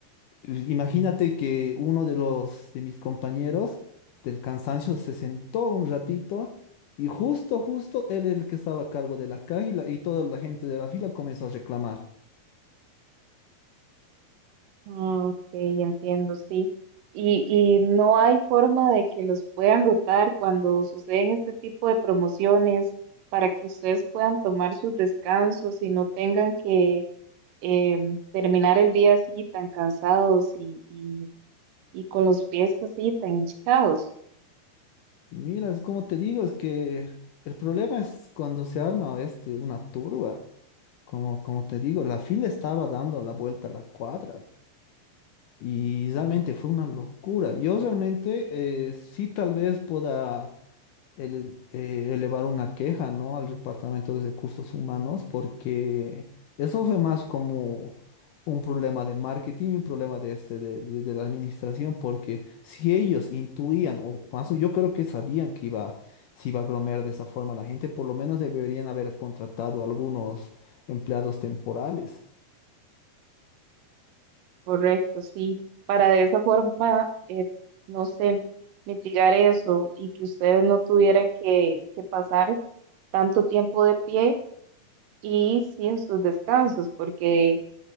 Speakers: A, on the left; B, on the right.
A: I- Imagínate que uno de los de mis compañeros del cansancio se sentó un ratito y justo, justo él era el que estaba a cargo de la caja y, la- y toda la gente de la fila comenzó a reclamar.
B: Mm, Ok, entiendo, sí. Y, y no hay forma de que los puedan rotar cuando suceden este tipo de promociones para que ustedes puedan tomar sus descansos y no tengan que em, terminar el día así tan cansados y, y, y con los pies así tan hinchados.
A: Mira, es como te digo, es que el problema es cuando se arma este una turba. Como, como te digo, la fila estaba dando la vuelta a la cuadra. Y realmente fue una locura. Yo realmente eh, sí tal vez pueda ele- eh, elevar una queja, ¿no? Al Departamento de Recursos Humanos, porque eso fue más como un problema de marketing y un problema de, este, de, de- de la administración, porque si ellos intuían, o más, yo creo que sabían que iba, se iba a aglomerar de esa forma la gente, por lo menos deberían haber contratado algunos empleados temporales.
B: Correcto, sí. Para de esa forma, eh, no sé, mitigar eso y que ustedes no tuvieran que, que pasar tanto tiempo de pie y sin sus descansos, porque